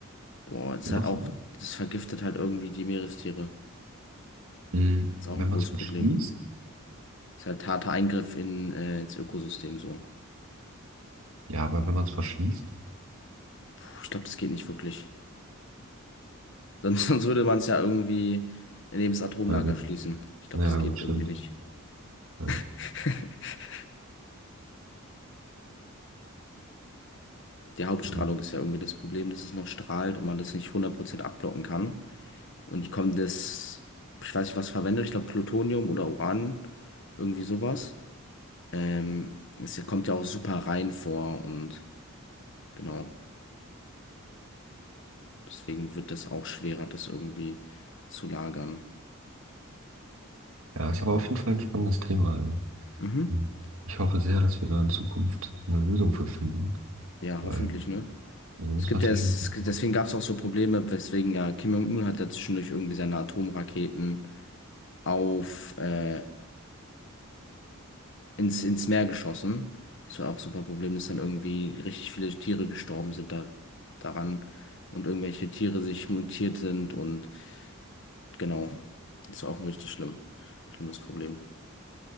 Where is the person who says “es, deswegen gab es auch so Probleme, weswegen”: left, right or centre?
Left